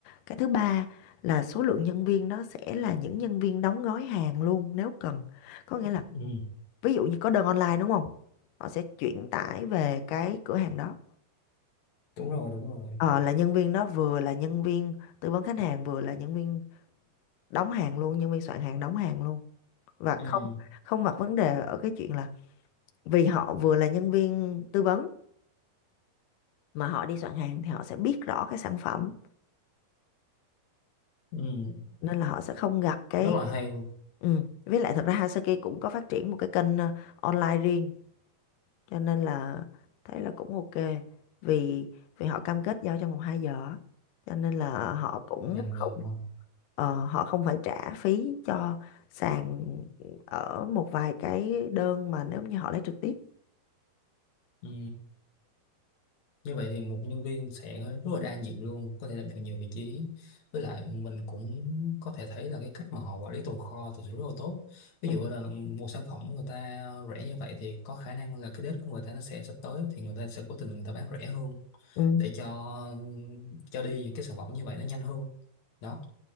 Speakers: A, on the left; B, on the left.
A: cái thứ ba là số lượng nhân viên đó sẽ là những nhân viên đóng gói hàng luôn nếu cần có nghĩa là
B: Ừ.
A: ví dụ như có đơn online đúng không họ sẽ chuyển tải về cái cửa hàng đó
B: đúng rồi đúng rồi
A: Ờ, là nhân viên đó vừa là nhân viên tư vấn khách hàng vừa là nhân viên đóng hàng luôn nhân viên soạn hàng đóng hàng luôn và
B: ừ.
A: không không gặp vấn đề ở cái chuyện là vì họ vừa là nhân viên tư vấn mà họ đi soạn hàng thì họ sẽ biết rõ cái sản phẩm
B: Ừ.
A: nên là họ sẽ không gặp cái
B: rất là hay
A: ừ. với lại thật ra Hasaki cũng có phát triển một cái kênh ờ, online riêng cho nên là thấy là cũng ok vì vì họ cam kết giao trong vòng 2 giờ á. cho nên là họ cũng
B: ngành
A: không
B: nghề đúng không
A: ờ, họ không phải trả phí cho sàn ở một vài cái đơn mà nếu như họ lấy trực tiếp
B: ừ. Như vậy thì một nhân viên sẽ rất là đa nhiệm luôn, có thể đảm nhận nhiều vị trí. Với lại mình cũng có thể thấy là cái cách mà họ quản lý tồn kho thực sự rất là tốt. Ví
A: ừ.
B: dụ là một sản phẩm người ta rẻ như vậy thì có khả năng là cái date của người ta nó sẽ sắp tới thì người ta sẽ cố tình người ta bán rẻ hơn
A: Ừ.
B: để cho cho đi những cái sản phẩm như vậy nó nhanh hơn. Đó.